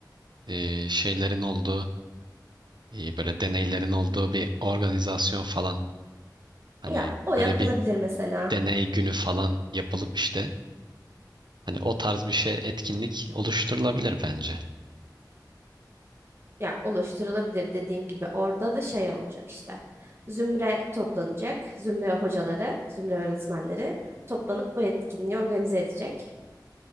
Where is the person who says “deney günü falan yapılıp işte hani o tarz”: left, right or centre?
Right